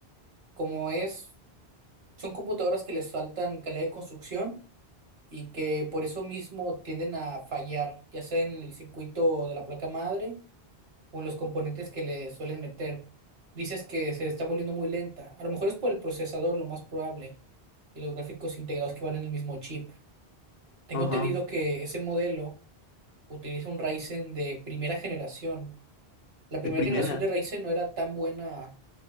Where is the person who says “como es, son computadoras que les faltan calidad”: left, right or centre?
Right